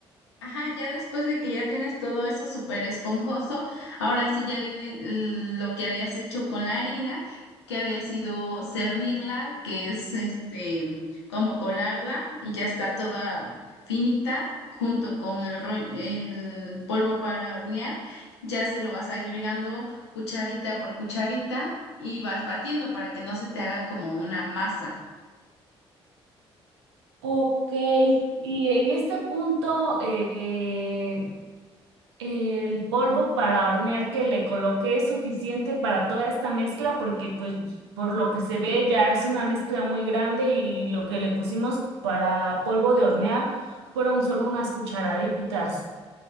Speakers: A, on the left; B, on the right.
A: Ajá, ya después de que ya tienes todo eso súper esponjoso, ahora sí ya viene l- lo que habías hecho con la harina, que había sido cernirla, que es este como colarla y ya está toda finita junto con el rollo, el polvo para hornear, ya se lo vas agregando cucharita por cucharita y vas batiendo para que no se te haga como una masa.
B: Ok, y en este punto, eh, el polvo para hornear que le coloqué es suficiente para toda esta mezcla porque pues por lo que se ve ya es una mezcla muy grande y lo que le pusimos para polvo de hornear fueron solo unas cucharaditas.